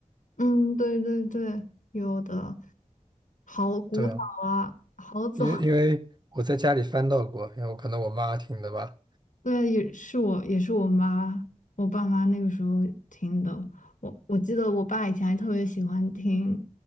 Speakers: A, on the left; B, on the right.
A: 嗯，对对对，有的好古早啊，
B: 对啊。
A: 好早
B: 因为因为我在家里翻到过，因为我可能我妈听的吧。
A: 对，也是我，也是我妈，我爸妈那个时候听的。我我记得我爸以前还特别喜欢听